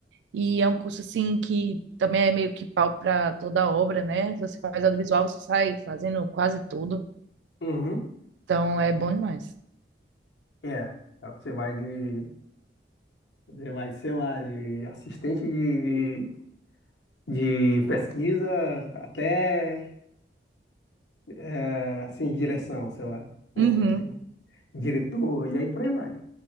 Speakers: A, on the right; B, on the left.
A: e é um curso assim que também é meio que pau para toda obra, né? Você faz audiovisual, você sai fazendo quase tudo,
B: Uhum.
A: então é bom demais.
B: É, você vai de, você vai de, sei lá, de assistente de, de pesquisa até é, assim, de direção, sei lá, uma
A: Uhum.
B: coisa assim, diretor, e aí por aí vai.